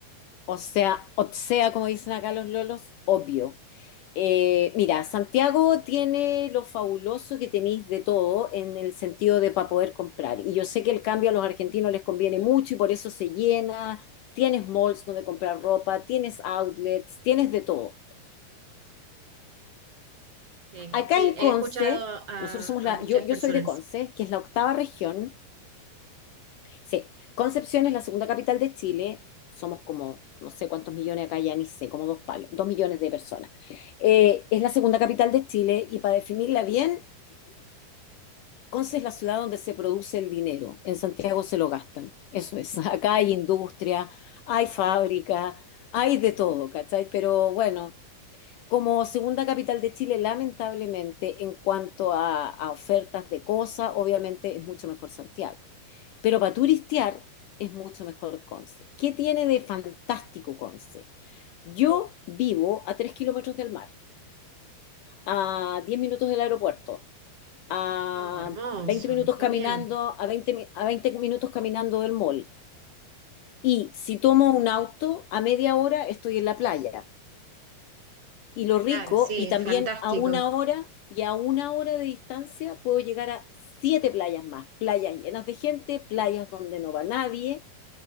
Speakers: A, on the left; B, on the right.
A: O sea, o sea, como dicen acá los lolos, obvio. Eh, mira, Santiago tiene lo fabuloso que tenéis de todo en el sentido de para poder comprar. Y yo sé que el cambio a los argentinos les conviene mucho y por eso se llena. Tienes malls donde comprar ropa, tienes outlets, tienes de todo.
B: Sí,
A: Acá
B: sí,
A: en
B: he
A: Conce,
B: escuchado a,
A: nosotros somos
B: a
A: la,
B: muchas
A: yo, yo
B: personas.
A: soy de Conce, que es la octava región Sí, Concepción es la segunda capital de Chile. Somos como, no sé cuántos millones acá, ya ni sé, como dos palos, dos millones de personas. Eh, es la segunda capital de Chile y para definirla bien, Conce es la ciudad donde se produce el dinero. En Santiago se lo gastan. Eso es. <laughs> Acá hay industria, hay fábrica, hay de todo, ¿cachai? Pero bueno, como segunda capital de Chile, lamentablemente, en cuanto a, a ofertas de cosas, obviamente es mucho mejor Santiago. Pero para turistear es mucho mejor Conce. ¿Qué tiene de fantástico Conce? Yo vivo a 3 kilómetros del mar, a 10 minutos del aeropuerto, a
B: No, hermoso,
A: 20 minutos
B: qué
A: caminando,
B: bien.
A: a veinte a veinte minutos caminando del mall. Y si tomo un auto, a media hora estoy en la playa. Y lo rico,
B: Claro, sí,
A: y
B: es
A: también
B: fantástico.
A: a una hora y a una hora de distancia puedo llegar a siete playas más. Playas llenas de gente, playas donde no va nadie,